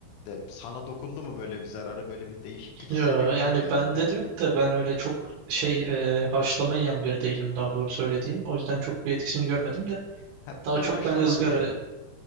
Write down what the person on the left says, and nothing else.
De, sana dokundu mu böyle bir zararı, böyle bir değişiklik
hissediyor musun
kendinde?
Ha,
ben
haşlama
da yerim.